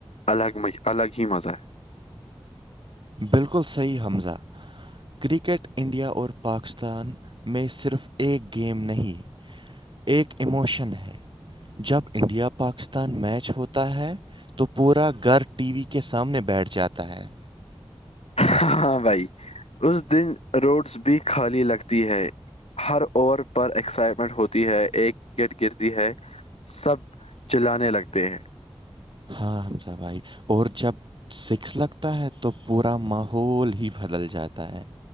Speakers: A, on the left; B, on the right.
A: الگ مھ الگ ہی مزہ
B: بالکل صحی حمزہ کرکٹ انڈیا اور پاکستان میں صرف ایک گیم نہیں ایک اموشن ہے جب انڈیا پاکستان میچ ہوتا ہے تو پورا گھر ٹی وی کے سامنے بیٹھ جاتا ہے
A: ہاں بھائی اس دن روڈس بھی خالی لگتی ہے ہر اوور پر ایکسائٹمنٹ ہوتی ہے ایک وکٹ گرتی ہے سب چلانے لگتے ہیں
B: ہاں حمزہ بھائی اور جب سکس لگتا ہے تو پورا ماحول ہی بدل جاتا ہے